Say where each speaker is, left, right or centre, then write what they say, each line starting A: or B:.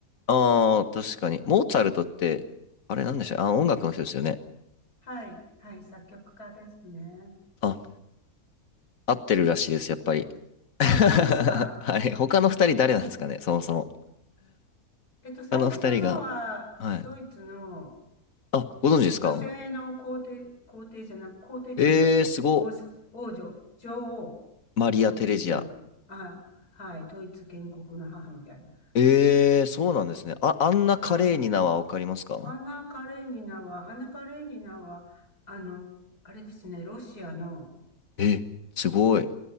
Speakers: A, on the left; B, on the left.
A: ああ、確かに。モーツァルトって、あれなんでしたあ、音楽の人ですよね。
B: はい。はい。作曲家ですね。
A: あ、合ってるらしいです、やっぱり。
B: あ、そうですか。
A: <laughs> はい。他の2人誰なんですかね、
B: はい
A: そもそも。
B: えっと、最初のは、
A: 他の2人が、はい。
B: ドイツの、
A: あ、ご存知ですか
B: 女性の皇帝、皇帝じゃなく、皇帝って言わない。
A: えー、すご。
B: 王さ、王女、女王。
A: マリア・
B: 女王って言ってるのが、
A: テレジア。
B: あ、はい、ドイツ建国の母みたいな。
A: えー、そうなんですね。あ、あんな華麗に名はわかりますか
B: はい。アンナ・カレーニナは、アンナ・カレーニナは、あの、あれですね、ロシアの、
A: え、すごい。